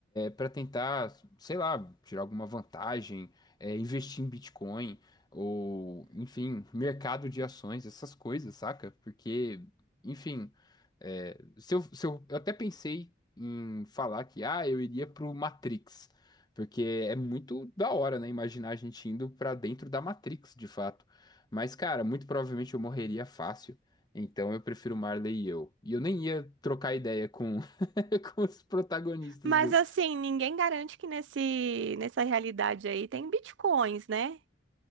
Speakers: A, on the left (about 20°); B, on the right (about 70°).
A: para tentar, sei lá, tirar alguma vantagem, é, investir em Bitcoin, ou, enfim, mercado de ações, essas coisas, saca? Porque, enfim, é, se eu, se eu, eu até pensei em falar que, ah, eu iria pro Matrix. Porque é muito da hora, né? Imaginar a gente indo pra dentro da Matrix, de fato. Mas, cara, muito provavelmente eu morreria fácil. Então eu prefiro Marley e eu. E eu nem ia trocar ideia com, <laughs> com os protagonistas
B: Mas
A: do.
B: assim, ninguém garante que nesse, nessa realidade aí tem bitcoins, né?